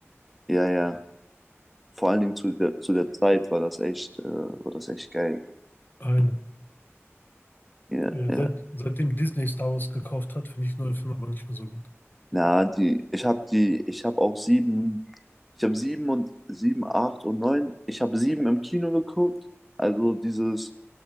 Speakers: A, in the centre; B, on the left (about 40°).
A: Ja, ja. Vor allen Dingen zu der, zu der Zeit war das echt, äh, war das echt geil.
B: Eine.
A: Ja,
B: Äh,
A: ja.
B: Seit, seitdem Disney Star Wars gekauft hat, finde ich neue Filme aber nicht mehr so gut.
A: Na, die, ich habe die, ich habe auch sieben, ich habe sieben und sieben, acht und neun. Ich habe sieben im Kino geguckt, also dieses,